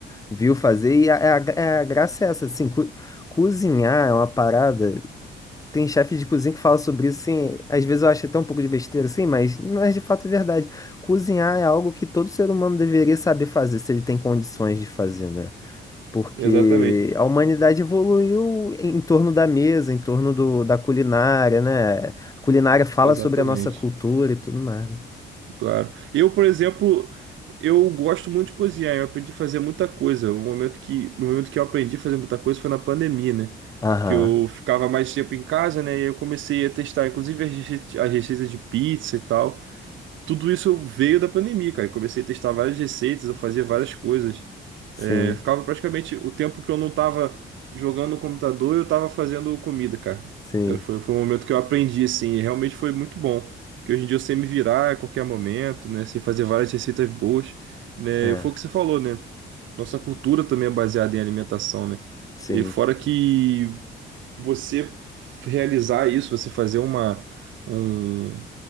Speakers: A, on the left; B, on the right.
A: Viu fazer. E a, é a, é a graça é essa, assim, co- cozinhar é uma parada. Tem chefe de cozinha que fala sobre isso, assim. Às vezes eu acho até um pouco de besteira, assim, mas, mas de fato é verdade. Cozinhar é algo que todo ser humano deveria saber fazer, se ele tem condições de fazer, né? porque
B: Exatamente,
A: a humanidade evoluiu em torno da mesa, em torno do, da culinária, né? A culinária fala
B: exatamente,
A: sobre a nossa cultura e tudo mais, né?
B: claro. Eu, por exemplo, eu gosto muito de cozinhar, eu aprendi a fazer muita coisa. O momento que, no momento que eu aprendi a fazer muita coisa foi na pandemia, né?
A: Aham,
B: Que eu ficava mais tempo em casa, né? E eu comecei a testar, inclusive, as rece- as receitas de pizza e tal. tudo isso veio da pandemia, cara. Eu comecei a testar várias receitas, eu fazia várias coisas.
A: sim,
B: É, ficava praticamente o tempo que eu não tava jogando no computador, eu tava fazendo comida, cara.
A: sim,
B: É, Foi, foi um momento que eu aprendi, assim, e realmente foi muito bom. Porque hoje em dia eu sei me virar a qualquer momento, né? Sei fazer várias receitas boas, né?
A: é,
B: E foi o que você falou, né? Nossa cultura também é baseada em alimentação, né?
A: sim,
B: E fora que você realizar isso, você fazer uma, um-